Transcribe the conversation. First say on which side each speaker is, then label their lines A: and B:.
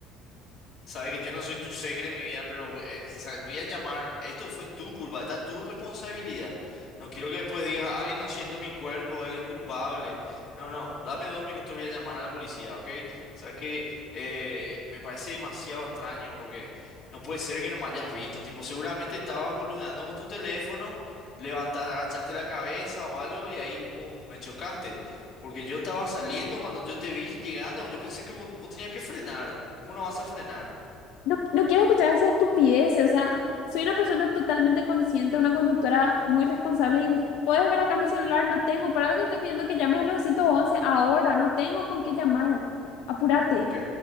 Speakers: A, on the left (about 30°); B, on the left (about 65°).
A: Sabe que yo no soy tu segre, mi vida, pero eh, sabe, voy a llamar. Esto fue tu culpa, esta es tu responsabilidad. No quiero que después digas, ay, no siento mi cuerpo, él es culpable. No, no, dame dos minutos, voy a llamar a la policía, ¿ok? Sabes que eh, me parece demasiado extraño porque no puede ser que no me hayas visto. Tipo, seguramente estabas boludeando con tu teléfono, levantaste, agachaste la cabeza o algo y ahí, pum, me chocaste. Porque yo estaba saliendo cuando yo te vi llegando, yo pensé que vos vos tenías que frenar. ¿Cómo no vas a frenar?
B: No, no quiero escuchar esa estupidez, o sea, soy una persona totalmente consciente, una conductora muy responsable y puedes ver acá mi celular, no tengo, por algo te estoy pidiendo que llames al nueve once ahora, no tengo con qué llamar, apúrate.
A: Ok,